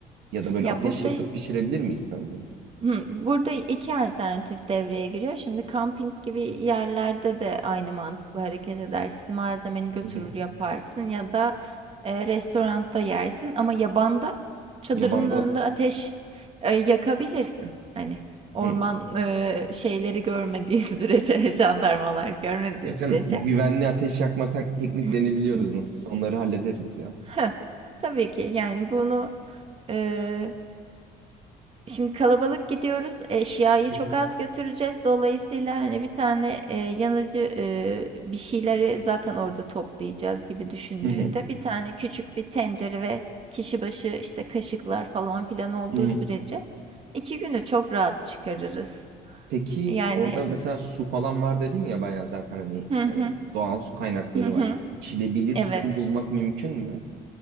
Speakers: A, on the right (about 75°); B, on the right (about 35°).
A: Ya da böyle
B: Ya
A: ateş
B: burada
A: yakıp pişirebilir miyiz sence?
B: Hı, burada 2 alternatif devreye giriyor. Şimdi kamping gibi yerlerde de aynı mantıkla hareket edersin. Malzemeni götürür
A: Hı hı.
B: yaparsın ya da e, restoranda yersin ama yabanda çadırının
A: Yabanda...
B: önünde ateş e, yakabilirsin. Hani orman
A: Hı.
B: e, şeyleri görmediği <laughs> sürece, jandarmalar görmediği
A: Yok
B: sürece.
A: canım, güvenli ateş yakma tek- tekniklerini
B: <clears throat>
A: biliyoruz nasıl. Onları hallederiz ya.
B: Hı. Tabii ki yani bunu e, Şimdi kalabalık gidiyoruz. Eşyayı
A: Hı
B: çok
A: hı.
B: az götüreceğiz. Dolayısıyla hani bir tane e, yanıcı e, bir şeyleri zaten orada toplayacağız gibi düşündüğünde
A: Hı hı.
B: bir tane küçük bir tencere ve kişi başı işte kaşıklar falan filan olduğu
A: Hı hı.
B: sürece iki günü çok rahat çıkarırız.
A: Peki
B: Yani
A: orada mesela su falan var dedin ya bayağı zaten hani
B: hı hı
A: e, doğal su kaynakları
B: hı hı.
A: var. İçilebilir
B: Evet.
A: su bulmak mümkün mü?